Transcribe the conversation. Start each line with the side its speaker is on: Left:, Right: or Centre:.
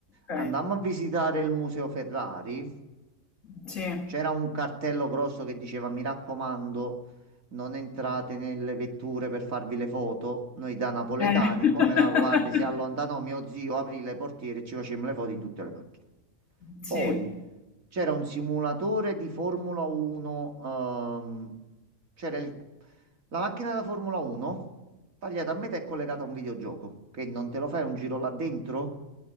Left: Ok,
Right: andammo a visitare il Museo Ferrari,
Left: sì.
Right: c'era un cartello grosso che diceva: Mi raccomando, non entrate nelle vetture per farvi le foto. Noi da napoletani,
Left: Eh. <laughs>
Right: come la guardia si allontanò, mio zio aprì le portiere e ci facemmo le foto in tutte le macchine.
Left: Sì,
Right: Poi c'era un simulatore di Formula 1, ehm, c'era il- la macchina da Formula 1 tagliata a metà e collegata a un videogioco, che non te lo fai un giro là dentro